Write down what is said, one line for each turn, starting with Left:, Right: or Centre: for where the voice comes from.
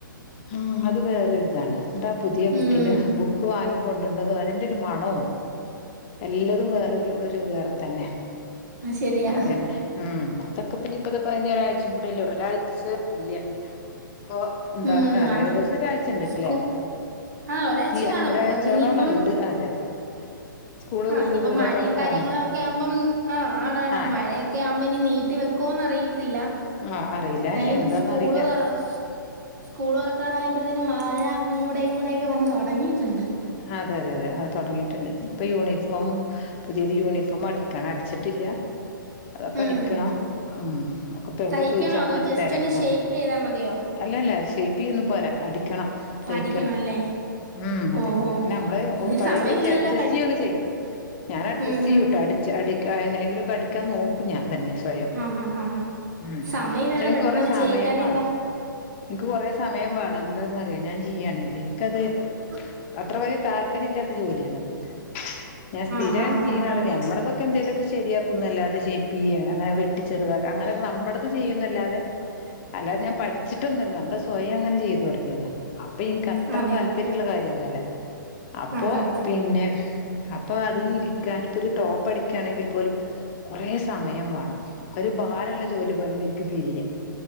Left: ആ അത് വേറൊര് ഇതാണ് ന്നട്ട് ആ പുതിയ ബുക്കിന്റെ
Right: ഉം
Left: ബുക്ക് വാങ്ങി കോണ്ടര്നതു അതിന്റെ ഒരു മണു എല്ലതും വേറെരു ഒരു വേറെ തന്നെ
Right: ശരിയാ
Left: അതന്നെ ഉം അതൊക്കെപ്പി ഇഞ്ഞി ഇപ്പത് പറഞ ഒരാഴ്ചി കൂടെല്ലോ ഒരാഴ്ച ഇല്ല്യ ഇപ്പൊ എന്താ
Right: ഉം
Left: <unintelligible> ഏകദേശം ഒരാഴ്ച ഇണ്ട്
Right: സ്കൂ
Left: ലെ
Right: ആഹ് ഒരാഴ്ച
Left: ഇല്ല്യ
Right: കാണും
Left: ഒരാഴ്ചയോളോളം
Right: അതിനിയിപ്പം
Left: ഇണ്ട് അതെ അതെ സ്കൂള്
Right: ആഹ് ഇനി ഇപ്പൊ
Left: പിന്നെ
Right: മയെം
Left: തുറക്കാന്
Right: കാര്യങ്ങളും ഒക്കെ ആവുമ്പം ആ ആണാണ്
Left: ആഹ്
Right: മയയെ ക്കെ ആവുമ്പം ഇഞ് നീട്ടി വെക്കോന്ന് അറിയത്തില്ല
Left: ആഹ് അറിയില്ല
Right: ന്നാലും
Left: ഇനി എന്താന്ന്
Right: സ്കൂള്
Left: അറിയില്ല
Right: തോറ സ്കൂൾ ഓർക്കാറായപ്പോഴത്തനും മഴ അങ്ങൂടെ ഇ ങ്ങൂ ടെക്കെ വന്ന് തോടങ്ങിയിട്ടുണ്ട്
Left: അതെയതെ അതെ അത് തോടങ്ങിയിട്ടുണ്ട് ഇപ്പൊ യൂണിഫോം പുതിയത് യൂണിഫോം അടിക്കണം അടിച്ചിട്ടില്ല അതൊക്കെ
Right: ഉം
Left: അടിക്കണം ഉം നമുക് ഇപ്പ എവിടെ
Right: തയ്ക്കണോ
Left: ചോദിച്ചാലും
Right: അതോ
Left: നല്ല
Right: ജസ്റ്റ്
Left: തെരക്കാണ്
Right: ഒന്ന് ഷേപ്പ് ചെയ്താ മതിയോ
Left: അല്ലല്ല ഷേയ്പ്പ് ചെയൊന്നും പോരാ അടിക്കണം തയ്ക്കണം
Right: അടിക്കണോ അല്ലേ
Left: ഉം അതെ
Right: ഓഹോ
Left: പിന്നെ നമ്മള്
Right: ഇനി
Left: പഴയത്
Right: സമയമില്ലല്ലോ
Left: വെച്ച് അഡ്ജസ്റ്റ്
Right: പെ
Left: ചെയ്യൊക്ക ചെയേ ഞാൻ അഡ്ജസ്റ്റ്
Right: ഉം
Left: ചെയ്യൂട്ടോ
Right: ഉം ഉം
Left: അടി ച് അടിക്ക എങ്ങനെങ്കിലൊക്കെ അടിക്കാൻ നോകു ഞാ തന്നെ സ്വയം
Right: ആഹ് ആഹ് ആഹ് ആഹ്
Left: ഉം
Right: സമയമില്ലല്ലോ
Left: അയ്ൻ
Right: പെട്ടെന്നങ്ങ്
Left: കൊറെ സമയം
Right: ചെയ്യിക്കാനെന്താ
Left: വേണം ഇനിക്ക് കുറെ സമയം വേണം എന്തന്ന്റിയോ ഞാൻ ചിയ്യണെങ്കിൽ ഇനിക്കത്
Right: ആഹ്
Left: അത്ര വല്യേ താല്പര്യം ഇല്ലാത്ത ജോലിയാണത് ഞാൻ സ്ഥിരം
Right: ആഹ് ആഹ്
Left: ചെയ്യുന്നുള്ളത്
Right: ആഹ് ആഹ്
Left: നമ്മടെതോ ക്കഎന്തെലൊക്കെ ശെരിയാക്കും ന്നല്ലാതെ ഷെയ്പ്പെയ്യെ അങ്ങെനെ വെട്ടി ചെർതാ അങ്ങെനെക്കെ ന്നമ്മടത് ചെയ്യുന്നല്ലാതെ അല്ലാതെ ഞാൻ പഠിച്ചിട്ടൊന്നുല്ല ന്നമ്മള് സ്വയം അങ്ങെനെ ചെയ്തു തൊട്ങ്ങിയതാ. അപ്പൊ ഇൻക്ക് അത്ര
Right: അതെയോ
Left: താല്പര്യള്ള കാര്യൊന്നൊല്ല. അപ്പോ
Right: ആഹ്
Left: പിന്നെ അപ്പൊ അതിന് ഇരിക്കാന് ഇപ്പോ ഒരു ടോപ്പ് അടിക്കണെങ്കിൽ പോലും കൊറെ സമെയം വാണം ഒരു ഭാരള്ള ജോലി പോലെണ് ഇൻക്ക് ഫീലെയ്യാ.